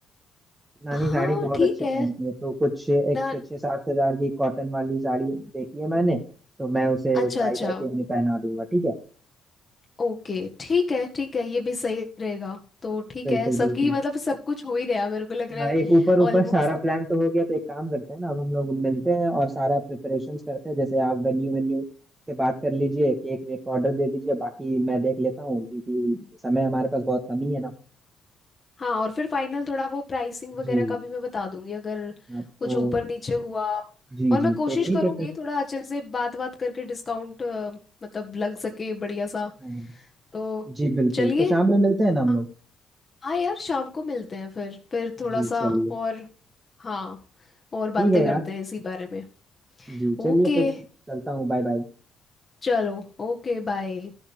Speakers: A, on the right; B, on the left.
A: नानी
B: हाँ
A: साड़ी बहुत
B: ठीक
A: अच्छे
B: है
A: पहनती है तो कुछ एक
B: ना
A: छः सात हजार की कॉटन वाली साड़ी देखी है मैंने तो मैं उसे
B: अच्छा
A: बाई
B: अच्छा
A: करके उन्हें पहना दूंगा ठीक है
B: ओके ठीक है ठीक है ये भी सही रहेगा तो ठीक
A: बिल्कुल
B: है सबकी
A: बिल्कुल
B: मतलब सब कुछ हो ही गया मेरे को लग रहा
A: हाँ
B: है
A: एक ऊपर ऊपर
B: ऑलमोस्ट
A: सारा प्लान तो हो गया तो एक काम करते हैं ना अब हम लोग मिलते हैं और सारा प्रिपरेशंस करते हैं जैसे आप वेन्यू वेन्यू से बात कर लीजिए केक वेक का ऑर्डर दे दीजिए बाकी मैं देख लेता हूँ क्योंकि समय हमारे पास बहुत कम ही है ना
B: हाँ और फिर फाइनल थोड़ा वो प्राइसिंग वगैरह
A: जी
B: का भी मैं बता दूंगी अगर
A: हाँ
B: कुछ
A: तो
B: ऊपर नीचे हुआ
A: जी
B: और मैं
A: जी
B: कोशिश
A: तो ठीक
B: करूंगी
A: है फिर
B: थोड़ा अच्छे से बात बात करके डिस्काउंट मतलब लग सके बढ़िया सा
A: हाँ
B: तो
A: जी बिल्कुल
B: चलिए
A: तो शाम में मिलते हैं ना हम
B: हाँ
A: लोग
B: हाँ यार शाम को मिलते हैं फिर फिर थोड़ा
A: जी
B: सा
A: चलिए
B: और हाँ और बातें
A: ठीक है
B: करते
A: यार
B: हैं इसी बारे में
A: जी
B: ओके
A: चलिए फिर चलता हूँ बाय बाय
B: चलो ओके बाय